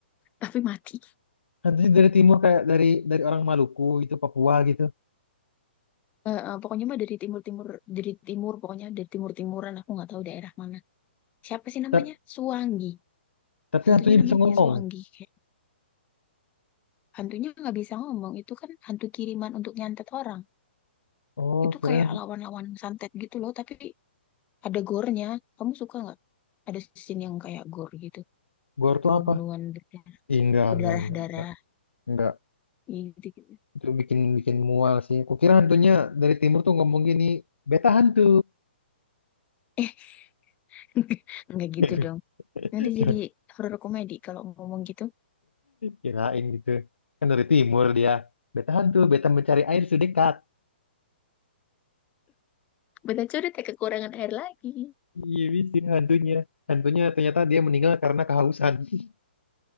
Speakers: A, on the left; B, on the left.
A: tapi mati.
B: Hantunya dari timur kayak dari dari orang Maluku gitu, Papua gitu.
A: Eh, eh, pokoknya mah dari timur-timur, dari timur, pokoknya dari timur-timuran. Aku nggak tahu daerah mana. siapa sih namanya?
B: Ta-
A: Suwangi.
B: Tapi
A: Hantunya
B: hantunya
A: namanya
B: bisa ngomong.
A: Suwangi. Kayak hantunya nggak bisa ngomong. Itu kan hantu kiriman untuk nyantet orang.
B: Oh,
A: Itu
B: kira
A: kayak lawan-lawan santet gitu loh. Tapi ada gore-nya. Kamu suka nggak? Ada scene yang kayak gore gitu.
B: Gore tuh
A: Bunuh-bunuhan
B: apa?
A: berdarah-
B: Ih, enggak,
A: berdarah-darah.
B: enggak, enggak, enggak, enggak.
A: Gitu, gitu.
B: Itu bikin bikin mual sih. Kukira hantunya dari timur tuh ngomong gini, beta hantu.
A: Eh, <laughs> nggak gitu
B: <laughs>
A: dong. Nanti
B: Kira-
A: jadi horor komedi kalau ngomong gitu.
B: Kirain gitu. Kan dari timur dia. Beta hantu, beta mencari air sedekat.
A: Betul sudah tak kekurangan air lagi.
B: Iya, bisa hantunya. Hantunya ternyata dia meninggal karena kehausan. <laughs>